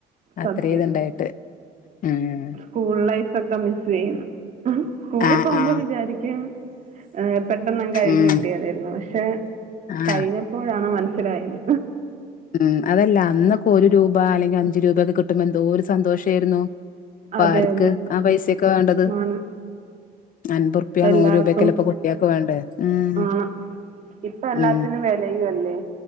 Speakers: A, on the left; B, on the right.
A: അത്ര
B: സത്യം.
A: ഇതുണ്ടായിട്ട് ഉം
B: സ്കൂൾ ലൈഫൊക്കെ മിസ് ചെയ്യുന്നു. സ്കൂളിൽ
A: ആഹ്
B: പോമ്പം
A: ആഹ്
B: വിചാരിക്കും ഏ പെട്ടെന്നങ്ങ് കഴിഞ്ഞിട്ടിയാ
A: ഉം
B: മതിയാരുന്ന് പക്ഷേ.
A: ആഹ്
B: കഴിഞ്ഞപ്പോഴാണ് മനസ്സ ലായത്
A: ഉം അതല്ല അന്നൊക്കെ ഒരു രൂപ അല്ലെങ്കിൽ അഞ്ചു രൂപൊക്കെ കിട്ടുമ്പോ എന്തോരു സന്തോഷാരുന്നു ഇപ്പ
B: അതെ
A: ആറ്ക്ക്
B: അതെ.
A: ആ പൈസേക്കെ വേണ്ടത്.
B: ആണ്.
A: അൻപത്റുപ്പ്യ
B: ഇപ്പ
A: നൂറ്
B: എല്ലാർക്കും
A: രൂപേക്കെല്ലേ ഇപ്പൊ കുട്ടികക്ക് വേണ്ടേ. ങ്
B: ആണ്. ഇപ്പ എല്ലാത്തിനും
A: ങ്
B: വെലയും അല്ലേ?